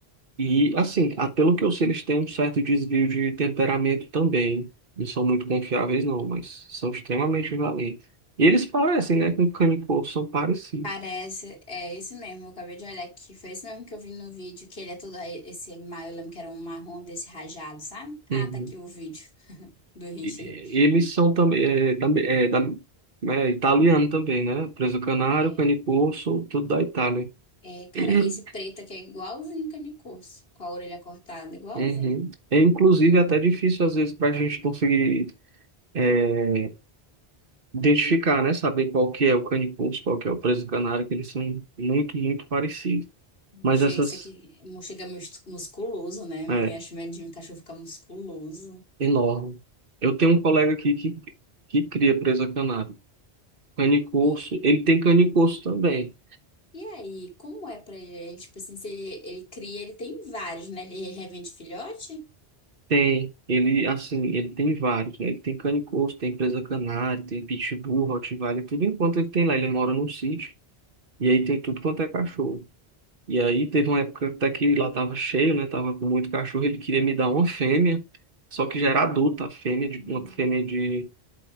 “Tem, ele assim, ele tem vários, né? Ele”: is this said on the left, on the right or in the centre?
Right